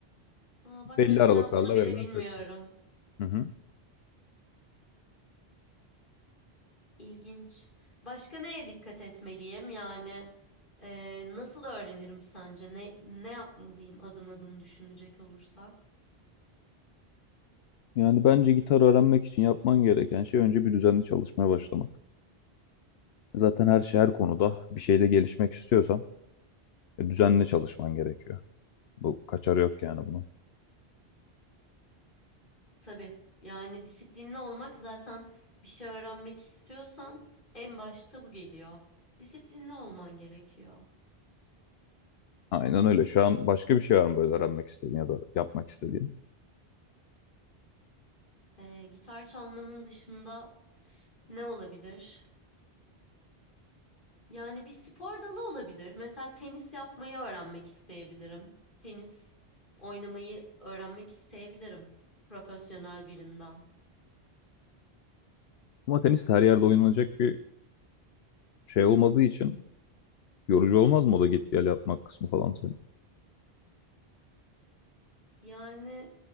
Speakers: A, on the left (about 50°); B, on the left (about 70°).
A: Aa, bak
B: Belli
A: mesela
B: aralıklarla
A: bunu bile
B: verilen
A: bilmiyorum.
B: sesler. Hı hı.
A: İlginç. Başka neye dikkat etmeliyim? Yani eee, nasıl öğrenirim sence? Ne ne yapmalıyım adım adım düşünecek olursak?
B: Yani bence gitar öğrenmek için yapman gereken şey önce bir düzenli çalışmaya başlamak. Zaten her şey her konuda bir şeyde gelişmek istiyorsan e, düzenli çalışman gerekiyor. Bu kaçarı yok yani bunun.
A: Tabii yani disiplinli olmak zaten bir şey öğrenmek istiyorsan en başta bu geliyor. Disiplinli olman gerekiyor.
B: Aynen öyle. Şu an başka bir şey var mı böyle öğrenmek istediğin ya da yapmak istediğin?
A: Ee, gitar çalmanın dışında ne olabilir? Yani bir spor dalı olabilir. Mesela tenis yapmayı öğrenmek isteyebilirim. Tenis oynamayı öğrenmek isteyebilirim profesyonel birinden.
B: Ama tenis her yerde oynanacak bir şey olmadığı için Yorucu olmaz mı o da git gel yapmak kısmı falan senin?
A: Yani